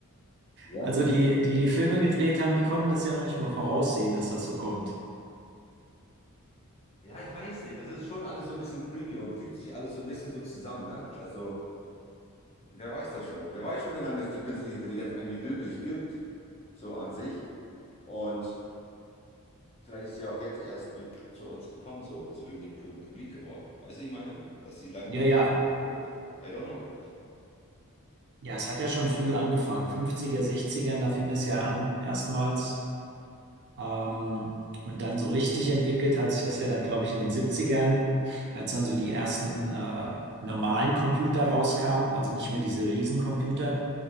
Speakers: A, on the left (about 30°); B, on the right (about 50°).
A: Ja.
B: Also die, die die Filme gedreht haben, die konnten das ja noch nicht mal voraussehen, dass das so kommt.
A: Ja, ich weiß nicht. Das ist schon alles so ein bisschen creepy und fügt sich alles so ein bisschen so zusammen, ne? Also, wer weiß das schon? Wer weiß schon, wie lange es die künstliche Intelligenz eigentlich wirklich gibt, so an sich. Und Vielleicht ist sie auch jetzt erst wie zu uns gekommen, so, so wirklich pu publik geworden. Weißt du, ich meine? Dass sie lange
B: Ja,
A: für uns
B: ja.
A: oder so. I don't know.
B: Ja, es hat ja schon früh angefangen. 50er, 60er, da fing das ja an, erstmals. Ähm, und dann so richtig entwickelt hat sich das ja dann, glaube ich, in den 70ern, als dann so die ersten äh, normalen Computer rauskamen, also nicht mehr diese Riesencomputer.